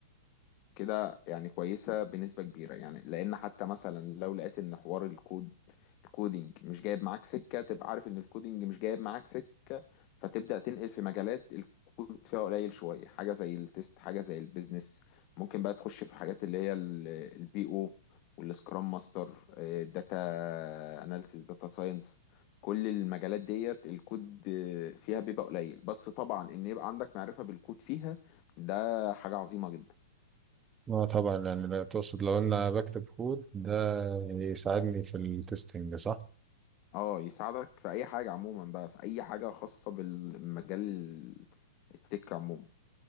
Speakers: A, on the left; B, on the right.
A: كده يعني كويسة بنسبة كبيرة يعني لأن حتى مثلا لو لقيت إن حوار الكود الكودينج مش جايب معاك سكة تبقى عارف إن الكودينج مش جايب معاك سكة فتبدأ تنقل في مجالات الكود فيها قليل شوية حاجة زي التست حاجة زي البيزنس ممكن بقى تخش في حاجات اللي هي البي أو والسكرام ماستر داتا اناليسيس داتا ساينس كل المجالات ديت الكود فيها بيبقى قليل بس طبعا ان يبقى عندك معرفة بالكود فيها ده حاجة عظيمة جدا
B: اه طبعا يعني لا تقصد لو انا بكتب كود ده يساعدني في التستنج صح
A: اه يساعدك في اي حاجة عموما بقى في اي حاجة خاصة بالمجال التك عموما